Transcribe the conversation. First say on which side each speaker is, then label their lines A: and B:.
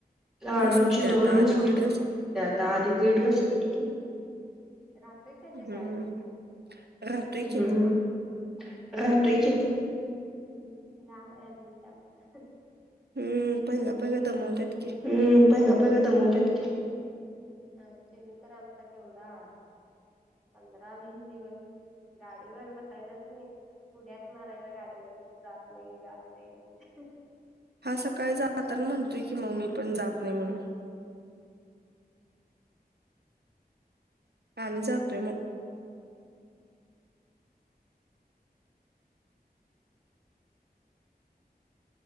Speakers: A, in the centre; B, on the right.
A: लाडूची
B: दिवस सुटते आता
A: दोनला
B: आधी
A: सुटते
B: दीड दिवस सुट
A: आता आधी दीडला सुटत होती राहतोय काय ते शाळेत
B: हम्म राहतोय
A: हम्म्
B: की
A: राहतो कि हम् लहान आहे अजून त्यामुळं
B: हम्म पहिला पहिला दमवत्यात की
A: हम्म पहिला पहिला दमवत्यात की आणि चिनु तर आमचा केवढा पंधरा वीस दिवस गाडीवर बसायचाच नाही उड्याच मा <inaudible> गाडीवरनं जात नाई जात नाई
B: हा सकाळी जाताना म्हणतोय की मग मी पण जात नाई म्हणून आणि जातोय मग